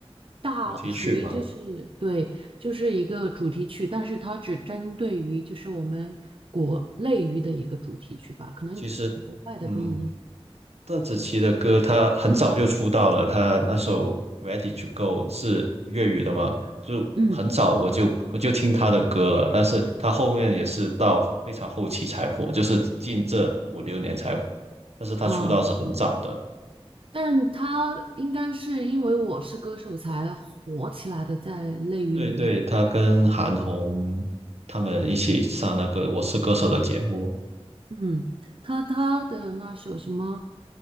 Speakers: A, on the right; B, on the right.
A: 大，
B: 主题曲嘛。
A: 属于就是对，就是一个主题曲，但是它只针对于就是我们国内娱的一个主题曲吧，可能
B: 其实，
A: 国外的不一样。
B: 嗯，邓紫棋的歌，她很早就出道了，她那首《Ready to Go》是粤语的嘛，就很早我就我就听她的歌了，
A: 嗯，
B: 但是她后面也是到非常后期才火，就是近这五六年才火，但是她出道是很早的。
A: 啊。但是他应该是因为我是歌手才火起来的，在内娱里面，
B: 对对，她跟韩红他们一起上那个《我是歌手》的节目，
A: 嗯，他他的那首什么